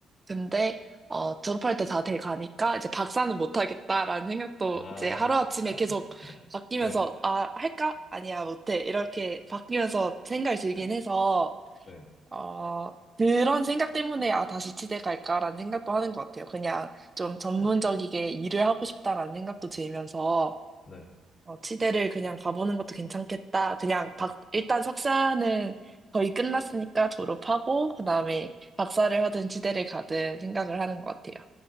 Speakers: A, on the right (about 25°); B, on the left (about 60°).
A: 근데 어, 졸업할 때 다 돼 가니까 이제 박사는 못 하겠다라는 생각도
B: 아,
A: 이제 하루아침에
B: <laughs>
A: 계속 바뀌면서
B: 네.
A: 아, 할까? 아니야, 못해. 이렇게 바뀌면서 생각이 들긴
B: 네.
A: 해서
B: 네.
A: 어, 그런 생각 때문에, 아, 다시 치대 갈까라는 생각도 하는 것 같아요. 그냥 좀 전문적이게
B: 네.
A: 일을 하고 싶다라는 생각도 들면서,
B: 네.
A: 어, 치대를 그냥 가보는 것도 괜찮겠다. 그냥 박, 일단 석사는 거의 끝났으니까 졸업하고, 그 다음에 박사를 하든 치대를 가든 생각을 하는 것 같아요.